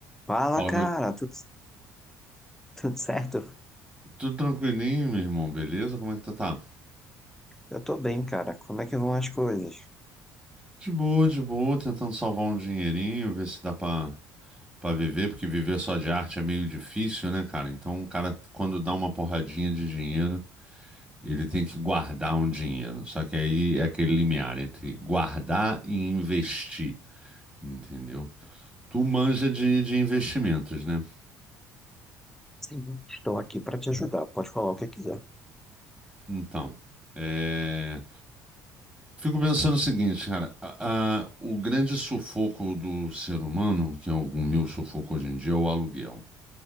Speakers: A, in the centre; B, on the right.
A: Fala,
B: Fala,
A: cara,
B: meu.
A: tudo, tudo certo?
B: Tudo tranquilinho, meu irmão, beleza? Como é que tu tá?
A: Eu tô bem, cara. Como é que vão as coisas?
B: De boa, de boa, tentando salvar um dinheirinho, ver se dá pra, pra viver, porque viver só de arte é meio difícil, né, cara? Então, o cara, quando dá uma porradinha de dinheiro, ele tem que guardar um dinheiro. Só que aí é aquele limiar entre guardar e investir, entendeu? Tu manja de, de investimentos, né?
A: Sim. Estou aqui para te ajudar. Pode falar o que quiser.
B: Então, é. Fico pensando o seguinte, cara, a- a- o grande sufoco do ser humano, que é o, o meu sufoco hoje em dia, é o aluguel.